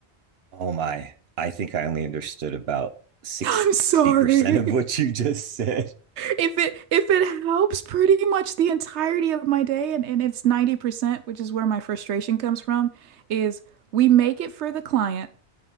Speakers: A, on the right (about 65°); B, on the right (about 85°).
A: Oh my! I think I only understood about sixty
B: <laughs> I'm sorry.
A: percent of what you just said.
B: If it if it helps pretty much the entirety of my day and, and it's 90%, which is where my frustration comes from, is we make it for the client